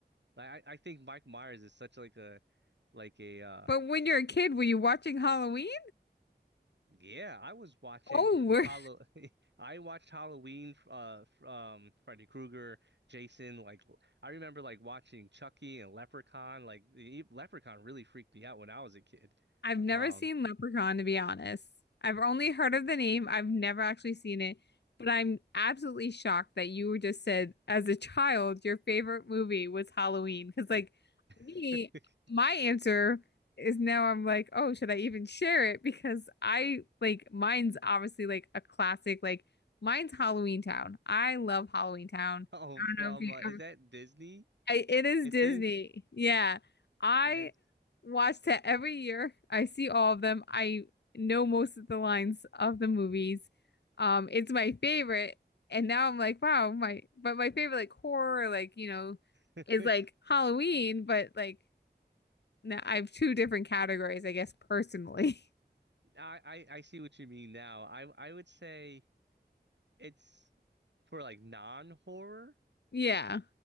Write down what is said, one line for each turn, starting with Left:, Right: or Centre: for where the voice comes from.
Right: like I, I think Mike Myers is such like a like a uh
Left: But when you're a kid, were you watching Halloween?
Right: yeah, I was watching
Left: Oh, we're.
Right: Hollow <laughs> I watched Halloween uh f- um Freddy Krueger, Jason like I remember like watching Chucky and Leprechaun like the Leprechaun really freaked me out when I was a kid.
Left: I've never
Right: Um
Left: seen Leprechaun, to be honest. I've only heard of the name. I've never actually seen it, but I'm absolutely shocked that you just said, as a child, your favorite movie was Halloween. Because, like, me,
Right: <laughs>
Left: my answer is now I'm like, oh, should I even share it? Because I like mine's obviously like a classic. Like, mine's Halloween Town. I love Halloween Town.
Right: Oh,
Left: I
Right: from
Left: don't know if you
Right: uh, is
Left: ever
Right: that Disney?
Left: I, it is
Right: I
Left: Disney.
Right: think
Left: Yeah. I
Right: I,
Left: watch that every year. I see all of them. I know most of the lines of the movies. Um, it's my favorite. And now I'm like, wow, my but my favorite like horror, like, you know,
Right: <laughs>
Left: is
Right: I
Left: like Halloween, but like now I have two different categories, I guess personally. <laughs>
Right: I I see what you mean now. I I would say it's for like non-horror.
Left: Yeah.